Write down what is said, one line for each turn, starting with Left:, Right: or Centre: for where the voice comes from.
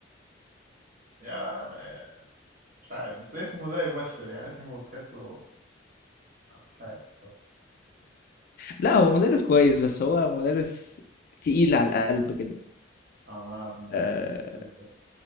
Right: يا مش عارف بس اسمه لا يبشر يعني اسمه تحسه مش عارف بصراحة
Left: لا هو مدرس كويس بس هو مدرس تقيل على القلب كده
Right: اه ما بتضايق
Left: آه،
Right: أنا حسيت كده